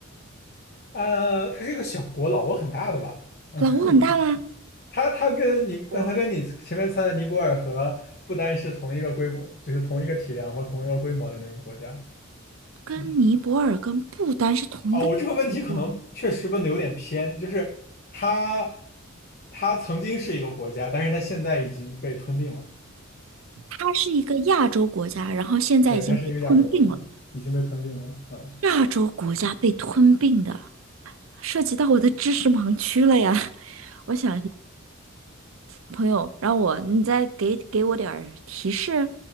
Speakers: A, on the left (about 50°); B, on the right (about 70°).
A: 呃，它是一个小国，老挝很大的吧？<laughs>
B: 老挝很大吗？
A: 它它跟你它跟你前面猜的尼泊尔和不丹是同一个规模，
B: 我
A: 就是同一个体量或同一个规模的那种国家。
B: 跟尼泊尔跟不丹是同一个
A: 嗯，啊，我这个问题可能确实问的有点偏，
B: 国家，
A: 就是它它曾经是一个国家，但是它现在已经被吞并了。
B: 它是一个亚洲国家，然后现在已经被吞并了。
A: 对，它是一个亚洲国家，已经被吞并了。嗯
B: 亚洲国家被吞并的，涉及到我的知识盲区了呀。<laughs> 我想。朋友，让我你再给给我点儿提示。